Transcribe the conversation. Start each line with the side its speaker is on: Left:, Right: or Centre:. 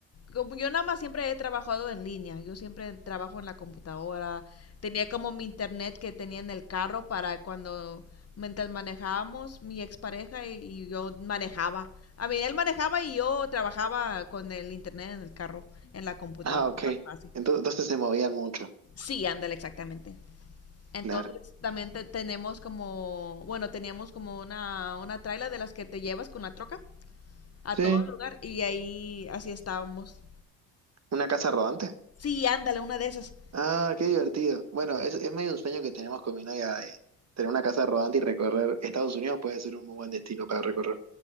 Left: como yo nada más siempre he trabajado en línea, yo siempre trabajo en la computadora, tenía como mi internet que tenía en el carro para cuando mientras manejábamos mi expareja y, y yo manejaba. A mí él manejaba y yo trabajaba con el internet en el carro, en la computadora,
Right: Ah, ok.
Left: más fácil.
Right: Entonces, Entonces se movían mucho.
Left: Sí, ándale, exactamente. Entonces
Right: Claro.
Left: también te- tenemos como, bueno, teníamos como una, una traila de las que te llevas con la troca a
Right: Sí.
Left: todo lugar y ahí así estábamos.
Right: ¿Una casa rodante?
Left: Sí, ándale, una de esas.
Right: Ah, qué divertido. Bueno, es, es medio un sueño que tenemos con mi novia de tener una casa rodante y recorrer. Estados Unidos puede ser un muy buen destino para recorrer.